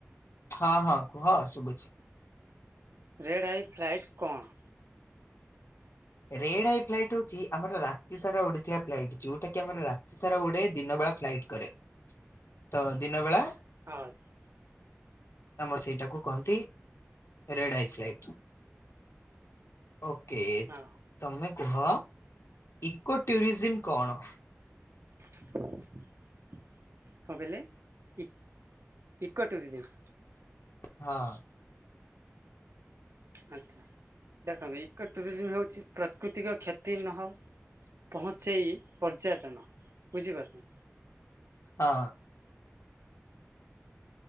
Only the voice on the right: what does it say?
ରେଡ଼୍ ଆଇ ଫ୍ଲାଇଟ୍ କଣ?
ଆଚ୍ଛା।
ହଁ
କଣ କହିଲେ ଇ ଇକୋ ଟୁରିଜମ୍?
ଆଚ୍ଛା ଦେଖନ୍ତୁ ଏକଇ ଟୁରିଜମ୍ ହେଉଛି ପ୍ରାକୃତିକ କ୍ଷତି ନହଉ ପହଞ୍ଚେଇ ପର୍ଯ୍ୟଟନ ବୁଝିପାରୁଛେ।